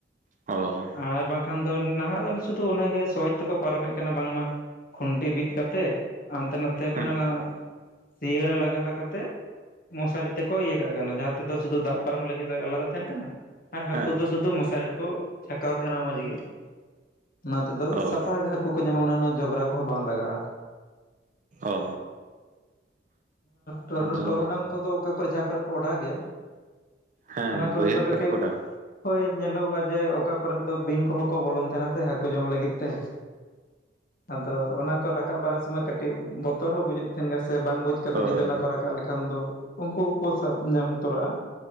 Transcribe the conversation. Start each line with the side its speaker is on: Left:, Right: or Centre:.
Right: ᱚ
Left: ᱟᱨ ᱵᱟᱝᱠᱷᱟᱱ ᱫᱚ ᱱᱟᱦᱟᱜ ᱫᱚ ᱥᱩᱫᱷᱩ ᱚᱱᱟ ᱜᱮ ᱥᱚᱦᱚᱡᱽ ᱛᱮᱠᱚ ᱯᱟᱨᱚᱢᱮᱜ ᱠᱟᱱᱟ ᱵᱟᱝᱢᱟ ᱠᱷᱩᱱᱴᱤ ᱵᱤᱫᱽ ᱠᱛᱮᱫ ᱦᱟᱱᱛᱮ ᱱᱟᱛᱮ ᱢᱟᱱᱮ
Right: ᱦᱮᱸ
Left: ᱚᱱᱟ ᱥᱤᱭᱟᱹ ᱨᱮ ᱞᱟᱜᱟᱣ ᱠᱟᱛᱮᱜ ᱢᱚᱥᱟᱨᱤ ᱛᱮᱠᱚ ᱤᱭᱟᱹ ᱠᱟᱜ ᱠᱟᱱᱟ ᱡᱟᱦᱟᱸ ᱛᱮᱫᱚ ᱥᱩᱫᱩ ᱫᱟᱜ ᱯᱟᱨᱚᱢ ᱞᱟᱹᱜᱤᱫ ᱟᱞᱟᱫᱟ ᱛᱟᱦᱮᱱ ᱠᱟᱱᱟ ᱟᱨ ᱦᱟᱹᱠᱩ
Right: ᱦᱮᱸ
Left: ᱫᱚ ᱥᱩᱫᱷᱩ ᱢᱚᱥᱟᱨᱤ ᱨᱮᱠᱚ ᱪᱷᱟᱠᱟᱣ ᱛᱟᱦᱮᱱᱟ ᱢᱚᱸᱡᱽ ᱜᱮ ᱚᱱᱟ ᱛᱮᱫᱚ
Right: ᱚ
Left: ᱥᱟᱯᱷᱟ ᱜᱮ ᱦᱟᱠᱩ ᱠᱚ ᱧᱟᱢᱟ ᱢᱟᱱᱮ ᱩᱱᱟᱹᱜ ᱡᱚᱵᱽᱨᱟ ᱠᱚᱦᱚᱸ ᱵᱟᱝ ᱞᱟᱜᱟᱜᱼᱟ
Right: ᱚ
Left: ᱴᱚᱨᱚ
Right: ᱟᱫᱚ
Left: ᱴᱚᱨᱚᱰᱟᱝ ᱫᱚ ᱚᱠᱟ ᱠᱚᱨᱮ ᱡᱟᱦᱟᱸ ᱠᱚᱨᱮ ᱠᱚ ᱚᱰᱟᱣ ᱜᱮᱭᱟ
Right: ᱦᱮᱸ
Left: ᱚᱱᱟ ᱠᱚᱨᱮᱫ
Right: ᱵᱟᱹᱭᱦᱟᱹᱲ
Left: ᱫᱚ
Right: ᱠᱚᱨᱮ
Left: ᱠᱟᱹᱴᱤᱡ
Right: ᱠᱚ ᱚᱰᱟᱣ
Left: ᱦᱳᱭ ᱧᱮᱞᱚᱜᱚᱜᱼᱟ ᱡᱮ ᱚᱠᱟ ᱠᱚᱨᱮᱫ ᱫᱚ ᱵᱤᱧ ᱠᱚᱦᱚᱸ ᱠᱚ ᱵᱚᱞᱚᱱ ᱛᱟᱦᱮᱱᱟ ᱥᱮ ᱦᱟᱹᱠᱩ ᱡᱚᱢ ᱞᱟᱹᱜᱤᱫ ᱛᱮ ᱟᱫᱚ ᱚᱱᱟ ᱠᱚ ᱨᱟᱠᱟᱵ ᱵᱟᱲᱟ ᱥᱚᱢᱚᱭ ᱠᱟᱹᱴᱤᱡ ᱵᱚᱛᱚᱨ ᱦᱚᱸ ᱵᱩᱡᱩᱜ ᱛᱟᱦᱮᱱ ᱜᱮᱭᱟ ᱥᱮ ᱵᱟᱝ ᱵᱩᱡ ᱠᱟᱛᱮ
Right: ᱦᱳᱭ
Left: ᱡᱩᱫᱤ ᱚᱱᱟ ᱠᱚ ᱨᱟᱠᱟᱵ ᱞᱮᱠᱷᱟᱱ ᱫᱚ ᱩᱱᱠᱩ ᱠᱚ ᱠᱚ ᱥᱟᱵ ᱧᱟᱢ ᱛᱚᱨᱟᱜᱼᱟ